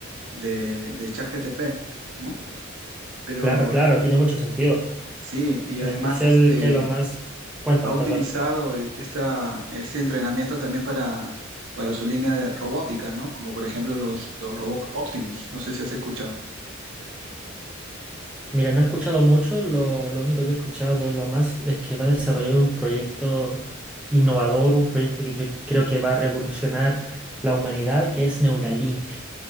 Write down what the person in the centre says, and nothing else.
Claro, claro, tiene mucho sentido.
En
especial,
¿qué es lo más? Cuéntame,
perdón.
Mira, no he escuchado mucho, lo, lo único que he escuchado de lo más es que va a desarrollar un proyecto innovador, un proyecto que cre- creo que va a revolucionar la humanidad, que es Neuralink.